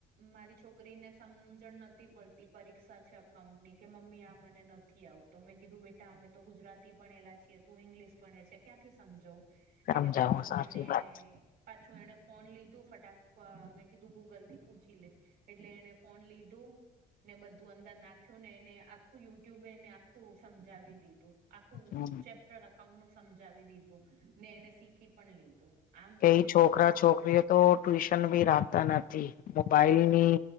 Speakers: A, on the right (about 70°); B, on the left (about 55°).
A: મારી છોકરીને સમજણ ન પડતી પરીક્ષા છે અકાઉન્ટ ની કે મમ્મી આ મને નથી આવતો મેં કીધું બેટા અમે તો ગુજરાત લા છી તું ઈંગ્લિશ પણ છે ક્યાંથી સમજવ એટલે
B: સમજાવું
A: પાછું
B: સાચી
A: એને
B: વાત
A: પાછું એને ફોન લીધું ફટાક મેં કીધું ગૂગલ થી પૂછી લીધ એટલે એને ફોન લીધું ને બધું અંદર નાખ્યું ને એને આખું યુટ્યુબ એને આખું સમજાવી દીધું આખું
B: હમ
A: ચપ અઉન્ટ નું સમજાવી દીધું ને એને શીખી પણ લીધું આમ
B: કઈ
A: જોઈએ
B: છોકરા
A: તો
B: છોકરીઓ તો ટ્યુશન ભી રાખતા નથી મોબાઈલ ની